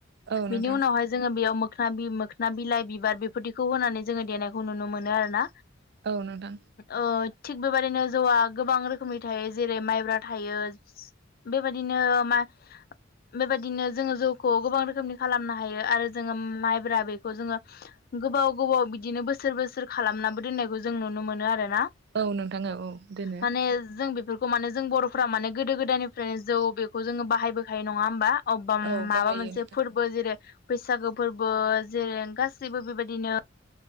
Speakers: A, on the right; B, on the left.
A: औ
B: बिनि
A: नोंथां
B: उनावहाय जोङो बेयाव मो बि मोखना बिलाइ बिबार बेफोरदिखौ होनानै जोङो देनायखौ नुनो मोनो आरोना।
A: औ नोंथां
B: अ। थिग बेबदिनो जौआ गोबां रोखोमनि थायो जेरै माइब्रा थायो बेबायदिनो मा बेबायदिनो जोङो जौखौ गोबां रोखोमनि खालामनो हायो आरो जोङो माइब्रा बेखौ जोङो गोबाव गोबाव बिदिनो बोसोर बोसोर खालामनाबो दोननायखौ जों नुनो मोनो आरो। ना
A: औ नोंथां औ औ दोनो
B: माने जों बेफोरखौ माने जों बर'फ्रा माने गोदो गोदायनिफ्रायनो जौ बेखौ जोङो बाहायबोखायो नङा होमबा? अबबाम
A: औ
B: माबा
A: बाहायो
B: मोनसे
A: नोंथां
B: फोरबो जेरै बैसागो फोरबो जेरै गासैबो बेबायदिनो